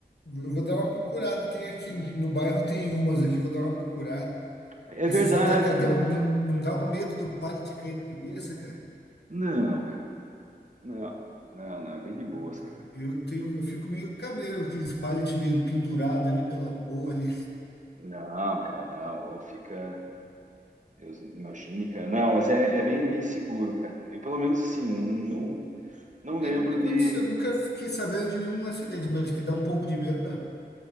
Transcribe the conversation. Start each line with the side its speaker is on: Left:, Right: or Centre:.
Left: eu vou dar uma procurada. Tem aqui no bairro, tem umas aqui, vou dar uma procurada.
Right: É
Left: Esses
Right: verdade,
Left: atacadão
Right: cara.
Left: não, não dá o medo do pallet cair na cabeça, cara?
Right: Não, cara. Não. Não, não. É bem de boas,
Left: Eu, tenho-
Right: cara.
Left: eu, tenho, eu fico meio cabreiro, aqueles pallet meio pendurado ali pela boa ali.
Right: Não, cara, não. Ou fica. Deus, imagine, cara. Não, mas é, é bem, bem seguro, cara. Eu, pelo menos, assim, não, não, não lembro
Left: É, nunca aconteceu,
Right: de.
Left: nunca fiquei sabendo de nenhum acidente, mas que dá um pouco de medo, dá.